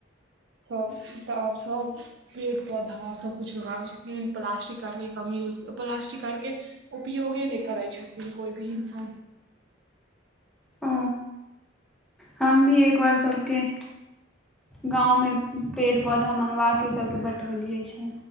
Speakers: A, on the right; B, in the centre.
A: त तऽ आब सब पेड़ पौधा सबकिछ लगाबै छथिन प्लास्टिक आरके कम यूज प्लास्टिक आरके उपयोगे नहि करै छथिन कोइ भी इन्सान।
B: ओ हम भी एकबार सभके गाँवमे पेड़ पौधा मङ्गवा केऽ सभके बँटबल जाइत छै।